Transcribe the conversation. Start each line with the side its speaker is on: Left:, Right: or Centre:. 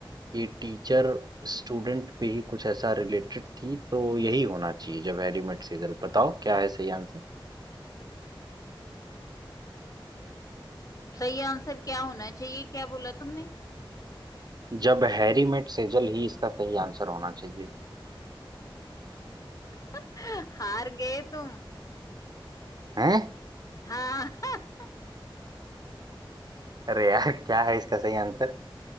Right: कि टीचर स्टूडेंट पे ही कुछ ऐसा रिलेटेड थी तो यही होना चाहिए जब हैरी मेट सेजल बताओ क्या है सही आंसर
Left: सही आंसर क्या होना चाहिए क्या बोला तुमने
Right: जब हैरी मेट सेजल ही इसका सही आंसर होना चाहिए
Left: <laughs> हार गए तुम
Right: हैं
Left: हाँ <laughs>
Right: अरे यार क्या है इसका सही आंसर